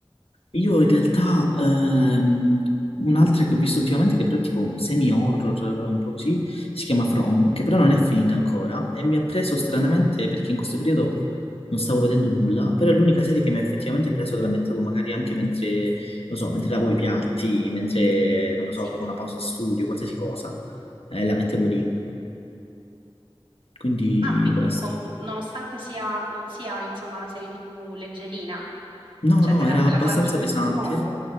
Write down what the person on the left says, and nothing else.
Io in realtà ehm, un'altra che ho visto ultimamente che però è tipo semi-horror, eh, un po' così, si chiama From, che però non è finita ancora e mi ha preso
stranamente perché in questo periodo non stavo vedendo nulla, però è l'unica serie che mi ha effettivamente preso che la mettevo magari anche mentre, non so, mentre lavo i piatti, mentre, non lo so,
avevo una pausa studio, qualsiasi cosa, eh, la mettevo lì, quindi
questo.
No,
no,
era
abbastanza
pesante.